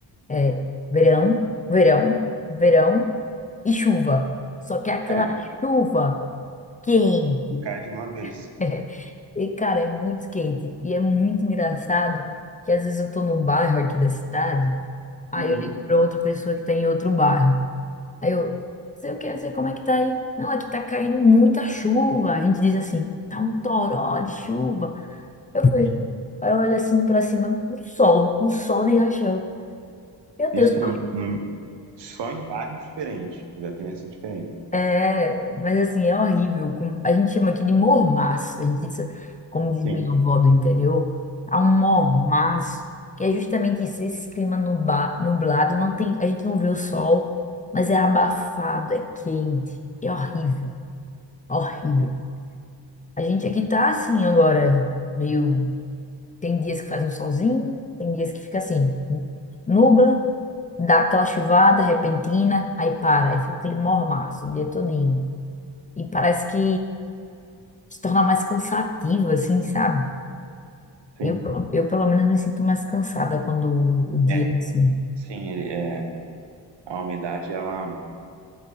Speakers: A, on the left; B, on the right.
A: é verão, verão, verão e chuva. Só que é aquela
B: É,
A: chuva quente.
B: cai de uma vez.
A: <laughs> E cara, é muito quente e é muito engraçado que às vezes eu tô num bairro aqui da cidade, aí
B: Uhum.
A: eu ligo pra outra pessoa que tá em outro bairro. Aí eu, sei o que, não sei como é que tá aí. Não, aqui tá caindo muita chuva. A gente diz assim, tá um toró de chuva. Eu fui.
B: Sim.
A: Aí eu olho assim pra cima, um sol, um sol de rachão. Meu
B: Isso
A: Deus.
B: não, não- só em bairros diferentes já tem essa diferença.
A: É, mas assim, é horrível. Com- A gente chama aqui de mormaço. A gente, isso- como diz
B: Sim,
A: minha avó do interior, há um mormaço, que é justamente isso, esse clima nuba- nublado, não tem, a gente não vê o sol, mas é abafado, é quente, é horrível, horrível. A gente aqui tá assim agora, meio. Tem dias que faz um solzinho, tem dias que fica assim, nubla, Dá aquela chuvada repentina, aí para, aí fica aquele mormaço o dia todinho. E parece que se torna mais cansativo, assim, sabe?
B: sim.
A: Eu, eu pelo menos me sinto mais cansada quando o dia
B: É,
A: é assim.
B: sim, ele, é, a umidade ela,